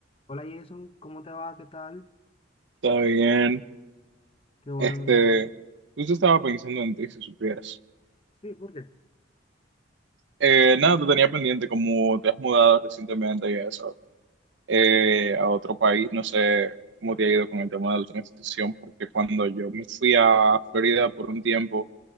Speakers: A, on the left; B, on the right.
A: Hola Jason, ¿cómo te va? ¿Qué tal?
B: Está bien.
A: Qué bueno,
B: Este,
A: mira.
B: justo estaba pensando en ti, si supieras.
A: Sí, ¿por qué?
B: Eh, nada, te tenía pendiente, como te has mudado recientemente y eso, eh, a otro país, no sé cómo te ha ido con el tema de la transición, porque cuando yo me fui a Florida por un tiempo,